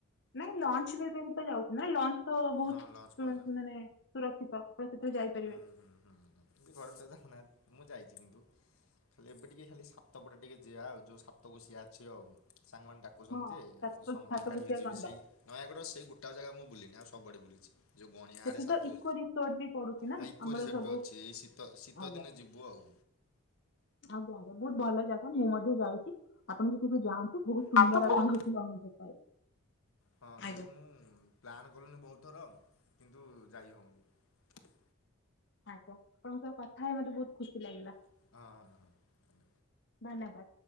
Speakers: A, on the left; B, on the left.
A: ନାଇଁ ଲଞ୍ଚ ବି ଏବେ ବି ତ ଯାଉଛି ନା ଲଞ୍ଚ ତ ବହୁତ
B: ହଁ ଲଞ୍ଚ ଫଞ୍ଚ
A: ମାନେ ସୁରକ୍ଷିତ ଆପଣ ସେଥିରେ ଯାଇପାରିବେ।
B: ଏମିତି ଘରେ ତ ମୁଁ ଯାଇ କିନ୍ତୁ ଖାଲି ଏବେ ଟିକେ ଖାଲି ସାତପଡା ଟିକେ ଯିଆ ଆଉ ଯୋଉ ସପାକୋସିଆ ଅଛି ଆଉ। ସାଙ୍ଗମାନେ ଡାକୁଛନ୍ତି
A: ହଁ
B: ଯେ
A: ସାତ
B: ସମୟ
A: ସାତକୋଶିଆ
B: କାଢ଼ିକି ଯିବି
A: ଗଣ୍ଡ
B: ସେଇ ନୟାଗଡ଼ ସେଇ ଗୋଟା ଜାଗା ମୁଁ ବୁଲିିନି ଆଉ ସବୁ ସବୁଆଡେ ବୁଲିଛି। ଯୋଉ ଗଣିଆରେ
A: ସେଠି
B: ସାତ
A: ତ ଇକୋ ରିସୋର୍ଟ ବି ପଡୁଛି ନା
B: ଆଉ ଇକୋ
A: ଆମର
B: ରିଜର୍ଟ
A: ସବୁ
B: ବି ଅଛି। ଏଇ ଶୀତ ଶୀତ
A: ଆଜ୍ଞା
B: ଦିନେ ଯିବୁ ଆଉ।
A: ଆଜ୍ଞା ଆଜ୍ଞା ବହୁତ ଭଲ। ଜାଗା ମୁଁ ମଧ୍ୟ ଯାଇଛି ଆପଣ ସେଠିକୁ ଯାଆନ୍ତୁ ବହୁତ ସୁନ୍ଦର
B: ଆଉ ତ ବହୁତ
A: ଆପଣ ସେଠିକି ଅନୁଭବ ପାଇବେ।
B: ହଁ ସେଇଠି
A: ଆଜ୍ଞା
B: ମୁଁ ପ୍ଲାନ କଲିଣି ବହୁତ ଥର କିନ୍ତୁ ଯାଇ ହଉନି।
A: ଆଜ୍ଞା ଆପଣଙ୍କ ସହ କଥା ହେଇ ମତେ ବହୁତ ଖୁସି ଲାଗିଲା।
B: ଅଁ।
A: ଧନ୍ୟବାଦ।